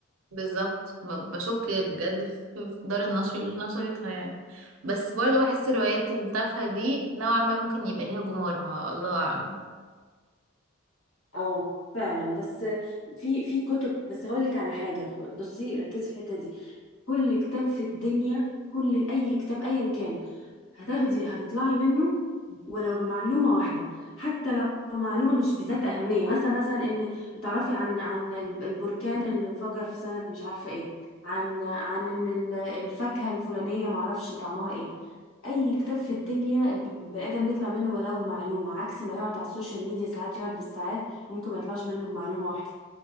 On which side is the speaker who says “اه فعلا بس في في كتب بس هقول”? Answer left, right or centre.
Left